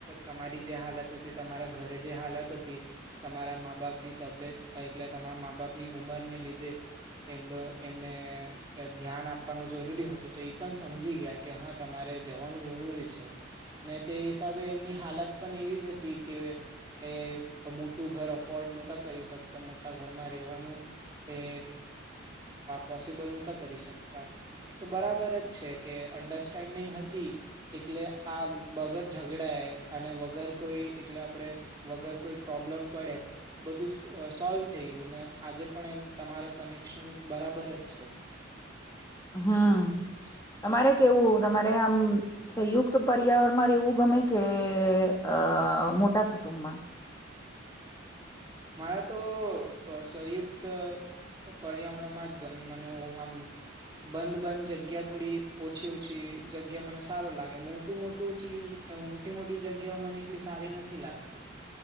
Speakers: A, on the right; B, on the left.
A: તમારી જે હાલત હતી તમારા ઘરે જે હાલત હતી તમારા મા બાપની તબિયતલે તમારા મા બાપની ઉંમરને લીધે એમ એમને ધ્યાન આપવાનું જરૂરી હતું. તો એ પણ સમજી ગયા કે હા તમારે જવાનું જરૂરી છે ને તે હિસાબે એમની હાલત પણ એવી હતી કે એ મોટું ઘર અફોર્ડ નહોતા કરી શકતા મોટા ઘરમાં રહેવાનું એ પોસિબલ નહોતા કરી શકતા તો બરાબર જ છે કે અંડરસ્ટેન્ડિંગ હતી એટલે આ વગર ઝઘડએ અને વગર કોઈ એટલે આપણે વગર કોઈ પ્રોબ્લેમ પડે બધું સોલ્વ થઈ ગયું ને આજે પણ એમ તમારા કનેક્શન બરાબર જ છે.
B: હમ તમારે કેવું તમારે આમ સંયુક્ત પર્યાવરણમાં રહેવું ગમે કે અ મોટા કુટુંબમાં?
A: મારે તો સરયુક્ત પર્યાવરણમાં જ ગમે મને આમ બંધ બંધ જગ્યા થોડી ઓછી ઓછી જગ્યા મને સારો લાગે મોટું મોટું ચીજ મોટી મોટી જગ્યાઓ મને એટલી સારી નથી લાગતી